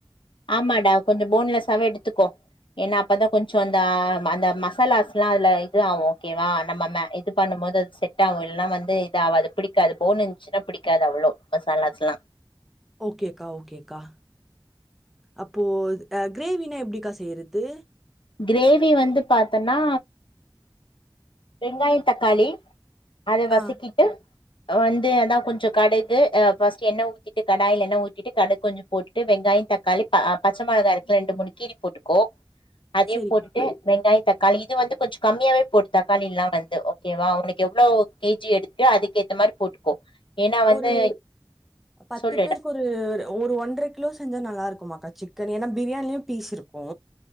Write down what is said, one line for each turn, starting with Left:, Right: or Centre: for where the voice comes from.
Left: ஆமாடா கொஞ்சொ போன் லெஸ்ஸாவே எடுத்துக்கோ ஏன்னா அப்பதா கொஞ்சொ அந்தா அந்த மசாலாஸ்லா அதுல இது ஆவு ஓகேவா நம்ம ம இது பண்ணம் போது அது செட்டாவு இல்னா வந்து இது ஆவாது பிடிக்காது போன் இந்த்ச்சுனா பிடிக்காது அவ்ளோ மாசாலாஸ்லா
Centre: ஓகேக்கா ஓகேக்கா அப்போ அ க்ரேவீனா எப்டிக்கா செய்றது
Left: க்ரேவி வந்து பாத்தன்னா வெங்காயொ தக்காளி அத வசக்கிட்டு
Centre: ஆ
Left: வந்து அதா கொஞ்சொ கடுகு ஆ ஃபஸ்ட்டு எண்ண ஊத்திட்டு கடாய்ல எண்ண ஊத்திட்டு கடுக் கொஞ்சம் போட்டுட்டு வெங்காயந் தக்காளி ப பச்ச மொளகா இருக்குல்ல ரெண்டு மூணு கீறி போட்டுக்கோ அதையும்
Centre: சரிக்கா
Left: போட்டுட்டு வெங்காய தக்காளி இது வந்து கொஞ்சொ கம்மியாவே போட் தக்காளில்லா வந்து ஓகேவா ஒனக்கு எவ்ளோ கே ஜி எடுத்தியோ அதுக்கேத்த மாரி போட்டுக்கோ ஏன்னா வந்து
Centre: ஒரு பத்து
Left: சொல்லுடா
Centre: பேருக்கு ஒரு ஒரு ஒன்ற கிலோ செஞ்சா நல்லா இருக்கு மாக்கா சிக்கன் ஏன்னா பிரியாணிலயு பீஸ் இருக்கு